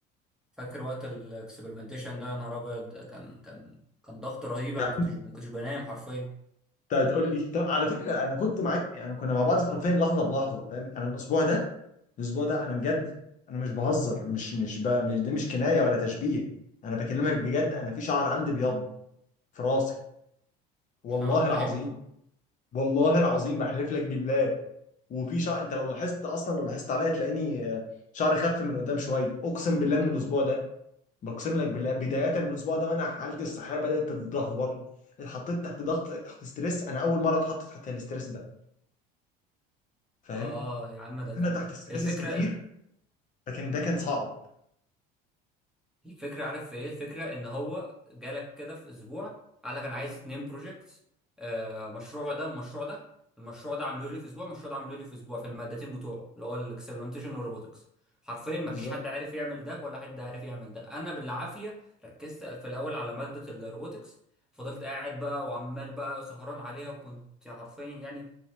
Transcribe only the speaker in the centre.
فاكر وقت الاكسبيرمنتيشن ده يا نهار ابيض كان كان كان ضغط رهيب انا
كنتش
ما كنتش بنام حرفيا
<laughs> اه
ايوه
اه يا عم ده كان
الفكره
الفكرة عارف في ايه الفكرة ان هو جالك كده في اسبوع قال لك انا عايز اتنين بروجكتس مشروع ده ومشروع ده المشروع ده عملوا لي في اسبوع المشروع ده عملوا لي في اسبوع في المادتين بتوعه اللي هو الاكسبيرمنتيشن والروبوتكس حرفيا ما
فيش حد عارف يعمل ده ولا حد عارف يعمل ده انا بالعافية ركزت في الاول على مادة الروبوتكس فضلت قاعد بقى وعمال بقى سهران عليها وكنت حرفيا يعني